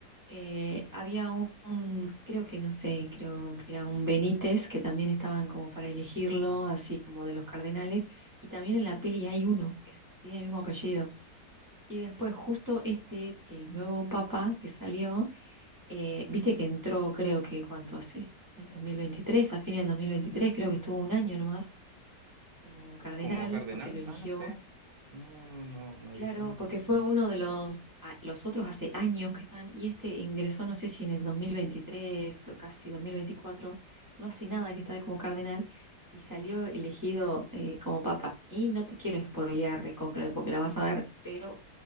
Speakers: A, on the right; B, on the right.
A: eh, había un, un- creo que no sé, creo que era un Benítez, que también estaban como para elegirlo, así como de los cardenales, y también en la peli hay uno que s- tiene el mismo apellido. Y después justo este, el nuevo papa que salió, eh, viste que entró creo que cuánto hace, en el dos mil veintitrés a fines del 2023 creo que estuvo un año nomás como cardenal,
B: Como cardenal,
A: porque lo eligió
B: ah, no sé. No, no, no, no, no he
A: Claro,
B: visto mucho
A: porque
B: la historia.
A: fue uno de los, a- los otros hace años que están, y este ingresó, no sé si en el 2023 o casi dos mil veinticuatro no hace nada que está como cardenal, y salió elegido eh, como papa. Y no te quiero spoilear el conclave porque la vas a ver, pero